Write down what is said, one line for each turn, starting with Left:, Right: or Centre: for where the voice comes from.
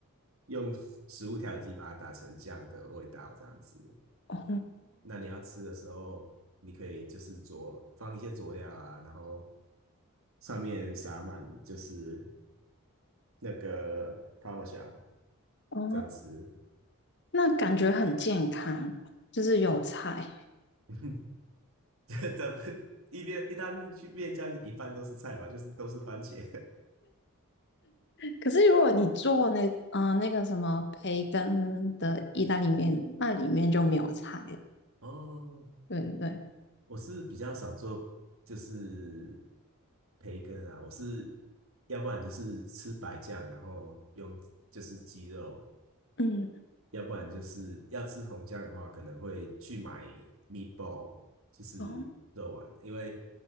Right: 用食物调理机把它打成酱的味道这样子。
Left: 哦
Right: 那你要吃的时候，你可以就是佐放一些佐料啊，然后上面撒满就是那个 p a r
Left: 哦，
Right: 这样吃。
Left: 那感觉很健康，就是有菜。
Right: <laughs> <laughs> 咱们意面意大利面酱一半都是菜嘛，就是都是番茄。
Left: 可是如果你做那嗯、呃那个什么培根的意大利面，那里面就没有菜了
Right: <laughs> 哦，
Left: 对对对，
Right: 我是比较少做就是培根啊，我是要不然就是吃白酱，然后用就是鸡肉，
Left: 嗯，
Right: 要不然就是要吃红酱的话，可能会去买 meatball，就是肉丸，
Left: 哦，
Right: 因为